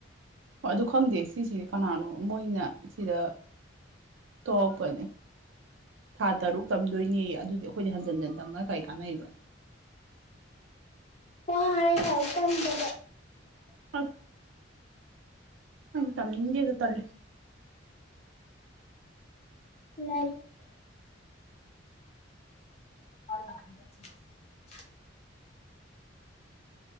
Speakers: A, on the right; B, on the left.
A: ꯍꯣꯏ ꯑꯗꯨ ꯈꯪꯗꯦ ꯁꯤꯁꯤ ꯀꯅꯥꯅꯣ ꯃꯣꯏꯅ ꯁꯤꯗ ꯇꯧꯔꯛꯄꯅꯦ ꯊꯥ ꯇꯔꯨꯛ ꯇꯝꯗꯣꯏꯅꯦ ꯑꯗꯨꯗꯤ ꯑꯩꯈꯣꯏꯗꯤ ꯍꯟꯖꯟ ꯍꯟꯖꯟ ꯇꯝꯃ ꯀꯩ ꯀꯥꯟꯅꯩꯕ
B: ꯋꯥꯏ ꯂꯥꯏꯔꯤꯛ ꯇꯝꯕ
A: ꯑꯁ ꯑꯩꯖꯨ ꯇꯝꯅꯤꯡꯗꯦꯗ ꯇꯜꯂꯤ
B: ꯂꯥꯏꯔꯤꯛ <unintelligible>